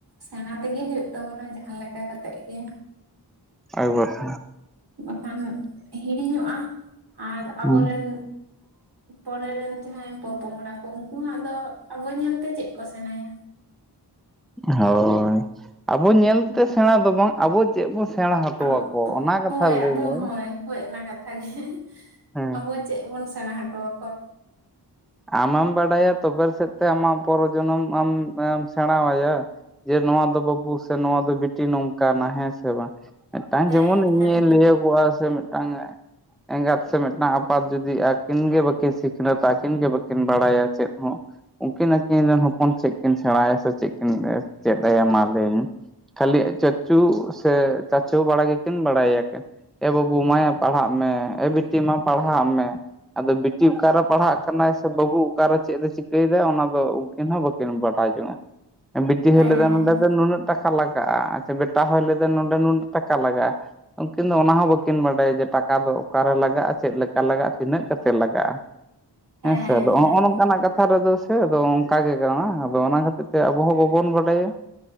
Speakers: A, on the right; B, in the centre.
A: ᱥᱮᱬᱟ ᱛᱮᱜᱮ ᱦᱩᱭᱩᱜ ᱛᱟᱵᱚᱱᱟ ᱡᱟᱦᱟᱸ ᱞᱮᱠᱟ ᱠᱟᱛᱮᱜ ᱜᱮ
B: ᱟᱵᱟᱨ <unintelligible>
A: ᱵᱟᱠᱷᱟᱱ ᱦᱤᱲᱤᱧᱚᱜᱼᱟ ᱟᱨ ᱟᱵᱚᱨᱮᱱ
B: ᱦᱩᱸ᱾
A: ᱯᱚᱨᱮ ᱨᱮᱱ ᱡᱟᱦᱟᱸᱭ ᱯᱚᱯᱚᱝᱲᱟ ᱠᱚ ᱩᱱᱠᱩ ᱦᱚᱸ ᱫᱚ ᱟᱵᱚ ᱧᱮᱞᱛᱮ ᱪᱮᱫ ᱠᱚ ᱥᱮᱬᱟᱭᱟ
B: ᱦᱳᱭ ᱟᱵᱚ ᱧᱮᱞᱛᱮ ᱥᱮᱬᱟ ᱫᱚ ᱵᱟᱝ ᱟᱵᱚ ᱪᱮᱫ ᱵᱚᱱ ᱥᱮᱬᱟ ᱦᱚᱴᱚ
A: ᱟᱵᱚ
B: ᱟᱠᱚ ᱚᱱᱟ ᱠᱟᱛᱷᱟ
A: ᱦᱳᱭ
B: ᱞᱟᱹᱭ
A: ᱟᱵᱚ
B: ᱢᱮ
A: ᱦᱳᱭ ᱚᱱᱟ ᱠᱟᱛᱷᱟ ᱠᱟᱛᱷᱟ ᱜᱮ
B: ᱦᱮᱸ
A: ᱟᱵᱚ ᱪᱮᱫ ᱵᱚᱱ ᱥᱮᱬᱟ ᱦᱚᱴᱚ ᱟᱠᱚᱣᱟ
B: ᱟᱢᱮᱢ ᱵᱟᱰᱟᱭᱟ ᱛᱚᱵᱮ ᱥᱮᱫ ᱛᱮ ᱟᱢᱟᱜ ᱯᱚᱨᱚᱡᱚᱱᱚᱢ ᱟᱢ ᱥᱮᱬᱟ ᱟᱭᱟ ᱡᱮ ᱱᱚᱣᱟ ᱫᱚ ᱵᱟᱹᱵᱩ ᱥᱮ ᱱᱚᱣᱟ ᱫᱚ ᱵᱤᱴᱤ ᱱᱚᱝᱠᱟᱱᱟ ᱦᱮᱸ ᱥᱮ ᱵᱟᱝ ᱢᱤᱫᱴᱟᱝ
A: ᱦᱮᱸ
B: ᱡᱮᱢᱚᱱ ᱤᱧ
A: ᱦᱮᱸ
B: ᱞᱟᱹᱭᱭᱟᱠᱚᱣᱟ <unintelligible> ᱥᱮ ᱢᱤᱫᱴᱟᱝ ᱮᱸᱜᱟᱛ ᱥᱮ ᱢᱤᱫᱴᱟᱝ ᱟᱯᱟᱛ ᱡᱩᱫᱤ ᱟᱹᱠᱤᱱ ᱜᱮ ᱵᱟᱹᱠᱤᱱ ᱥᱤ <unintelligible> ᱟᱹᱠᱤᱱ ᱜᱮ ᱵᱟᱹᱠᱤᱱ ᱵᱟᱲᱟᱭᱟ ᱪᱮᱫ ᱦᱚᱸ ᱩᱱᱠᱤᱱ ᱟᱹᱠᱤᱱ ᱨᱮᱱ ᱦᱚᱯᱚᱱ ᱪᱮᱫ ᱠᱤᱱ ᱥᱮᱬᱟᱭᱟ ᱥᱮ ᱪᱮᱫ ᱠᱤᱱ ᱪᱮᱫ ᱟᱭᱟ ᱢᱟ ᱞᱟᱹᱭ ᱢᱮ ᱠᱷᱟᱹᱞᱤ ᱪᱟᱪᱩ ᱥᱮ ᱪᱟᱪᱩ ᱵᱟᱲᱟ ᱜᱮᱠᱤᱱ ᱵᱟᱲᱟᱭᱟᱠᱤᱱ ᱮ ᱵᱟᱹᱵᱩ ᱢᱟᱭᱟ ᱯᱟᱲᱦᱟᱜ ᱢᱮ ᱮ ᱵᱤᱴᱤ ᱢᱟ ᱯᱟᱲᱦᱟᱜ ᱢᱮ ᱟᱫᱚ ᱵᱤᱴᱤ ᱚᱠᱟᱨᱮ ᱯᱟᱲᱦᱟᱜ ᱠᱟᱱᱟᱭ ᱥᱮ ᱵᱟᱹᱵᱩ ᱚᱠᱟᱨᱮ ᱪᱮᱫ ᱮ ᱪᱤᱠᱟᱹᱭᱮᱫᱟ ᱚᱱᱟ ᱫᱚ ᱩᱱᱠᱤᱱ ᱦᱚᱸ ᱵᱟᱹᱠᱤᱱ ᱵᱟᱰᱟᱭ ᱡᱚᱝᱼᱟ ᱵᱤᱴᱤ
A: ᱦᱮᱸ
B: ᱦᱚᱭ ᱞᱟᱹᱭᱫᱟ ᱱᱚᱸᱰᱮ ᱫᱚ ᱱᱩᱱᱟᱹᱜ ᱴᱟᱠᱟ ᱞᱟᱜᱟᱜᱼᱟ ᱟᱪᱪᱷᱟ ᱵᱮᱴᱟ ᱦᱚᱸᱭ ᱞᱟᱹᱭᱟ ᱱᱚᱰᱮ ᱱᱩᱱᱟᱹᱜ ᱴᱟᱠᱟ ᱞᱟᱜᱟᱜᱼᱟ ᱩᱱᱠᱤᱱ ᱫᱚ ᱚᱱᱟ ᱦᱚᱸ ᱵᱟᱹᱠᱤᱱ ᱵᱟᱰᱟᱭᱟ ᱡᱮ ᱴᱟᱠᱟ ᱫᱚ ᱚᱠᱟᱨᱮ ᱞᱟᱜᱟᱜᱼᱟ ᱪᱮᱫ ᱞᱮᱠᱟ ᱞᱟᱜᱟᱜᱼᱟ ᱛᱤᱱᱟᱹᱜ ᱠᱟᱛᱮᱫ ᱞᱟᱜᱟᱜᱼᱟ
A: ᱦᱮᱸ
B: ᱦᱮ ᱥᱮ ᱟᱫᱚ
A: ᱦᱮᱸ
B: ᱱᱚᱜᱼᱚ ᱱᱚᱝᱠᱟᱱᱟᱜ ᱠᱟᱛ ᱠᱟᱛᱷᱟ ᱨᱮᱫᱚ ᱥᱮ ᱟᱫᱚ ᱚᱱᱠᱟ ᱜᱮ ᱠᱟᱱᱟ ᱟᱫᱚ ᱚᱱᱟ ᱠᱷᱟᱹᱛᱤᱨ ᱛᱮ ᱟᱵᱚ ᱦᱚ ᱵᱟᱵᱚᱱ ᱵᱟᱰᱟᱭᱟ